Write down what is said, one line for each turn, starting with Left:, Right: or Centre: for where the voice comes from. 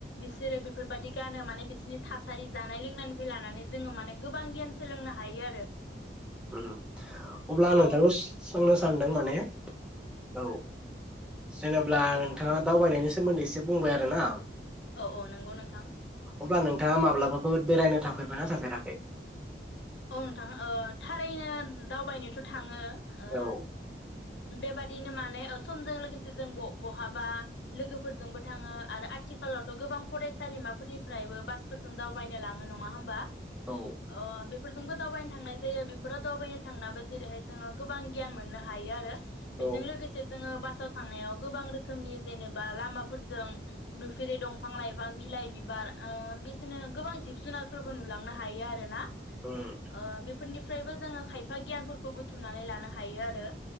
Left: बिसोरो बेफोरबायदि गानो माने बिसोरनि थासारि जानाय लोंनायनिफ्राय लानानै जोङो माने गोबां गियान सोलोंनो हायो आरो
Centre: उम अब्ला
Left: ओ
Centre: नोंथांखौ सोंनो सानदों माने औ जेनेबा नोंथाङा दावबायनायनि सोमोन्दै एसे बुंबाय आरो ना
Left: औ औ नंगौ नोंथां
Centre: अब्ला नोंथाङा माब्लाबाफोर बेरायनो थांफेरबायना थांफेराखै
Left: औ नोंथां थारैनो दावबायनोथ थाङो ओ
Centre: औ
Left: बेबादि बिदिनो माने ओ समजों लोगोसे <unintelligible> बहाबा लोगोफोरजोंबो थाङो आरो आथिखालावथ' गोबां फरायसालिमाफोरनिफ्रायबो बासफोरजों दावबायनो लाङो नङा होमबा
Centre: औ
Left: अ <unintelligible> <unintelligible> फोरजोंबो दावबायनो थांनाय जायो बेफोराव दावबायनो थांनाबो जेरैहाय जोङो गोबां गियान मोननो हायो आरो बेजों
Centre: औ
Left: लोगोसे जोङो बासाव थांनायाव गोबां रोखोमनि जेनेबा लामाफोरजों नुफेरै दंफां लाइफां बिलाइ बिबार ओ बिदिनो गोबां जिब जुनारफोरबो नुलांनो हायो आरोना
Centre: उम
Left: ओ बेफोरनि <unintelligible> फ्रायबो जोङो खायफा गियानफोरखौ बुथुमनानै लानो हायो आरो